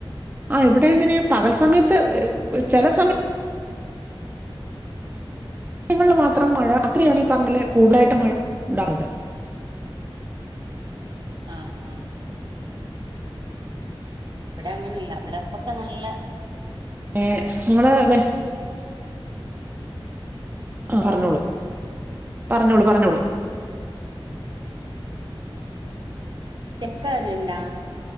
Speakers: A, on the right; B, on the right.
A: ആ ഇവിടെ എങ്ങനെ പകൽ സമയത്ത് ചില സമയ ങ്ങളു മാത്രം മഴ രാത്രിയാണ് പറഞ്ഞല്ലേ കൂടുതലായിട്ട് മഴ ഉണ്ടാവുന്നത്
B: ആഹ ആഹ ഇവിടെ അങ്ങനെല്ല അവിടെ ഇപ്പൊക്കെ നല്ല
A: ഏ നിങ്ങടെ ആഹ പറഞ്ഞോളൂ
B: ആഹ്
A: പറഞ്ഞോളൂ പറഞ്ഞോളൂ
B: സ്റ്റക്കാവുന്നെ എന്താ